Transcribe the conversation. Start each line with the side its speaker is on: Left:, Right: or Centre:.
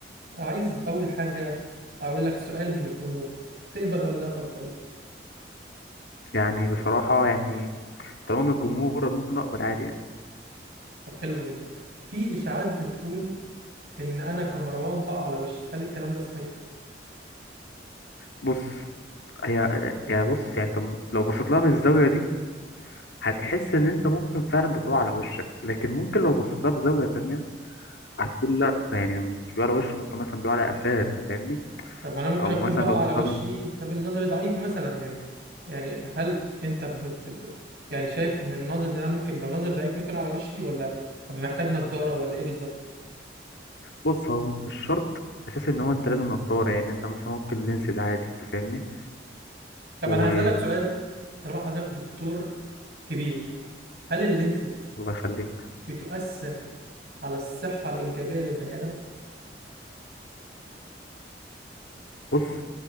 Right: عايز أول حاجة أقول لك سؤال من الجمهور تقبل ولا لا تقبل
Left: يعني بصراحة يعني طالما من الجمهور ممكن اقبل عادي يعني
Right: طب حلو جدا في إشاعات بتقول إن أنا كمروان بقع على وشي هل الكلام ده صحيح؟
Left: بص هي يعني بص يعني انت لو بصيت لها من الزاوية دي هتحس ان انت ممكن فعلا بتقع على وشك لكن ممكن لو بصيت لها بزاوية تانية هتقول لا ده يعني مش بيقع على وشه ممكن مثلا بيقع على قفاه أنت فاهمني
Right: طب ما انا ممكن
Left: او
Right: اكون
Left: مثلا
Right: بقى
Left: لو بصيت
Right: على وشي
Left: لها من
Right: <laughs> بسبب النظر ضعيف مثلا يعني يعني هل انت بت... ب- يعني شايف من نظرة إن انا ممكن لو نظر ضعيف ممكن على وشي ولا هبقى محتاج نضارة ولا ايه بالظبط
Left: بص هو مش شرط اساس ان هو انت لازم نضاره يعني انت مثلا ممكن لينسز عادي انت فاهمني
Right: طب
Left: و
Right: انا هسألك سؤال طالما حضرتك دكتور كبير هل اللينسز
Left: الله يخليك
Right: بتؤثر على الصحة الإنجابية للبني آدم؟
Left: بص